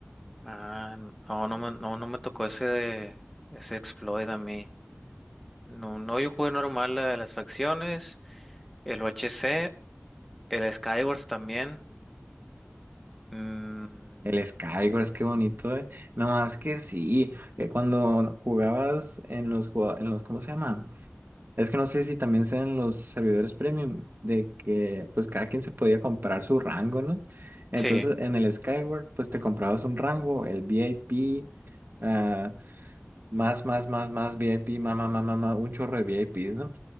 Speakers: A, in the centre; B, on the right (about 55°).
A: Ah, no, no me, no, no me tocó ese, de- ese exploit a mí. No, no, yo jugué normal la de las facciones, el O H C, el Skywars también. Mm,
B: El Skywars, qué bonito, eh. No más que sí, que cuando jugabas en los jugado- en los ¿cómo se llama? Es que no sé si también sean los servidores premium, de que pues cada quien se podía comprar su rango, ¿no? Entonces
A: sí.
B: en el Skyward pues te comprabas un rango, el VIP, ah, más, más, más, más VIP, más, más, más, más, más, un chorro de VIPs, ¿no?